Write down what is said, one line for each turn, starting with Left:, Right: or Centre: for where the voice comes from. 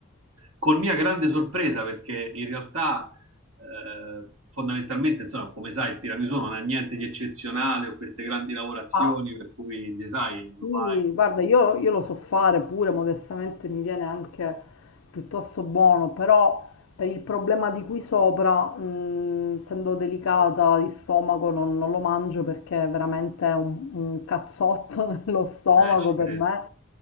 Right: Con mia grande sorpresa, perché in realtà eh, fondamentalmente, insomma, come sai, il tiramisù non ha niente di eccezionale o queste grandi lavorazioni
Left: Ah.
Right: per cui gli sai, lo
Left: Sì,
Right: fai,
Left: guarda, io, io lo so fare pure, modestamente mi viene anche piuttosto buono, però per il problema di qui sopra, mh, essendo delicata di stomaco, non, non lo mangio perché è veramente un, un cazzotto <laughs> nello stomaco
Right: eh, ci credo.
Left: per me.